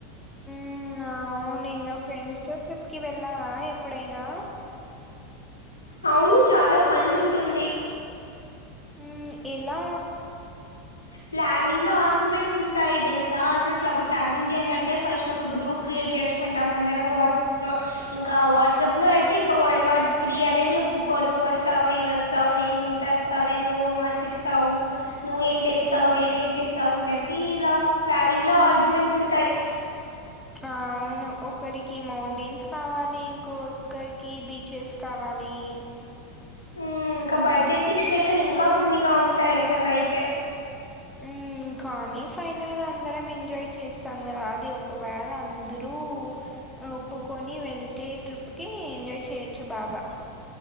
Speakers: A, in the centre; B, on the left.
A: ఉమ్ అవునింగా ఫ్రెండ్స్ తో ట్రిప్కి వెళ్ళావా ఎప్పుడైనా
B: అవును చాలా ఫన్ ఉంటుంది
A: ఉమ్ ఎలా
B: ప్లానింగ్ లో ఆర్గ్యుమెంట్స్ ఉంటాయి దెలుసా అసలు ఇలా ఒక ప్లానింగ్ జేయాలంటే ఫస్ట్ ఒక గ్రూప్ క్రియేట్ చేసుకుంటాం అందరం వాట్సాప్ లో ఇంకా వాట్సాప్ లో అయితే ఇంక వరల్డ్ వార్ త్రీ అనే చె ఉకో నువ్ వస్తావ్ నేన్ వస్తా స్తావ్ నేను ఇంత ఇస్తా నే నువు నువ్ అంత ఇస్తావు నువ్వు ఏం తెస్తావు
A: హ్మ్.
B: నేన్ ఏ ఇస్తావు అని చె ఎఫ్టి ఇలా ప్లానింగ్ లో ఆర్గ్యుమెంట్స్ ఉంటాయి
A: అవును ఒకరికి మౌంటైన్స్ కావాలి ఇంకొక్కరికి బీచెస్ కావాలి అనీ
B: ఉమ్ ఇంకా బడ్జెట్ డిస్కషన్ ఇంకా ఫనీగా ఉంటాయి అసలు అయితే
A: మ్మ్ కానీ ఫైనల్ గా అందరం ఎంజాయ్ చేస్తాం గదా అది ఒకవేళ అందరూ ఒప్పుకొని వెళ్తే ట్రిప్కి ఎంజాయ్ చేయొచ్చు బాగా